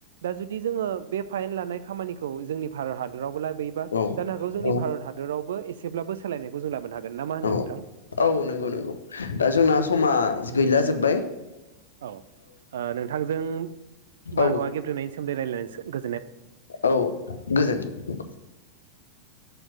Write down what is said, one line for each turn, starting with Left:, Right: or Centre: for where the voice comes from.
Right: दा जुदि जोङो बे फाइन लानाय खामानिखौ जोंनि भारत हादरावबो ला बोयोबा
Left: औ
Right: जानो हागौ जोंनि
Left: औ
Right: भारत हादराव बो एसेब्लाबो सोलायनायखौ जों लाबो हागोन। ना मा होनो
Left: औ
Right: नोंथां?
Left: औ नंगौ नंगौ दा जोंना समा गैला जोब्बाय
Right: औ ओ नोंथांजों बारहावा
Left: औ
Right: गेब्रेंनायनि सोमोन्दै रायलायना सो गो
Left: औ गोजोनथों